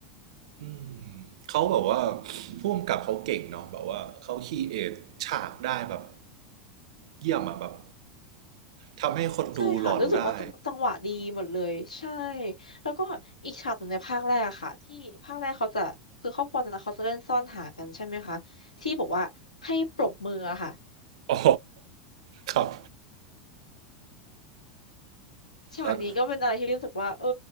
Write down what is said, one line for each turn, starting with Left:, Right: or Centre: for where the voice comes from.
Right: อืมเขาแบบว่าผู้กำกับเขาเก่งเนาะแบบว่าเขาคีเอทฉากได้แบบเยี่ยมอะแบบทำให้คนดูหลอนได้
Left: ใช่ค่ะรู้สึกว่าจังจังหวะดีหมดเลยใช่แล้วก็อีกฉากหนึ่งในภาคแรกอะค่ะที่ภาคแรกเขาจะคือครอบครัวนั้นเขาจะเล่นซ่อนหากันใช่ไหมคะที่บอกว่าให้ปรบมืออะค่ะ
Right: อ๋อ <laughs> ครับ
Left: ฉากนี้ก็เป็นอะไรที่รู้สึกว่าเออ
Right: แล้ว